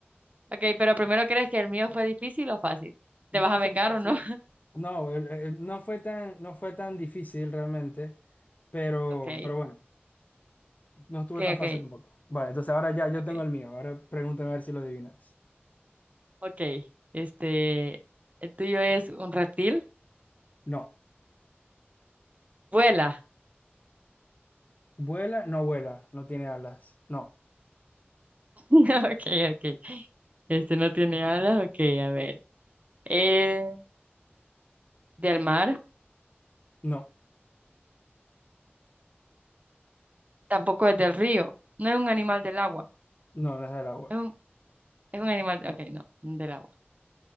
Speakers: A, on the right (about 35°); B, on the left (about 40°).
A: Ok, pero primero, ¿crees que el mío fue difícil o fácil? ¿Te
B: No
A: vas a vengar
B: fue fácil.
A: o no? <laughs>
B: No, el- el- no fue tan, no fue tan difícil realmente, pero,
A: Ok,
B: pero bueno, no estuvo
A: ok,
B: tan
A: ok,
B: fácil tampoco. Vale, entonces ahora ya yo
A: ok,
B: tengo el mío. Ahora pregúntame a ver si lo adivinas.
A: ok. Este, el tuyo es un reptil,
B: No.
A: vuela.
B: Vuela, no vuela, no tiene alas. No,
A: <laughs> Ok, ok. Este no tiene alas, ok, a ver. Es del mar,
B: no,
A: tampoco es del río, no es un animal del agua.
B: no, no es del agua.
A: Es un, es un animal, ok, no, del agua.